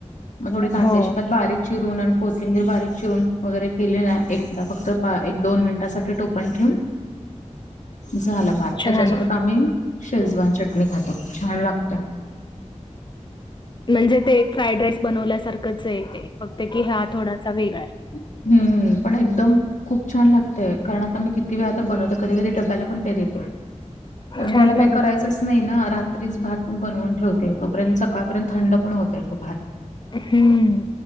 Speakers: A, on the left; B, on the left.
A: मग थोडी कांद्याची
B: हो
A: पात बारीक चिरून कोथिंबीर बारीक चिरून वगैरे केली ना एकदा फक्त पा एक दोन मिनिटासाठी टोपण ठेवून झाला भात
B: छान
A: त्याच्यासोबत आम्ही शेजवान चटणी खातो. छान लागत.
B: म्हणजे ते एक फ्राईड राईस बनवल्यासारखंचय आहे ते फक्त कि हा आठवडाचा वीवार
A: हम्म पण एकदम खूप छान लागतय. कारण आता मी किती वेळा आता बनवते. कधी कधी डब्याला पण ते देते. कारण
B: छान
A: त्याला
B: लागत
A: काय करायचस नाही ना रात्रीच भात मी बनवून ठेवते. तोपर्यंत सकाळपर्यंत थंड पण होतय तो भात.
B: हम्म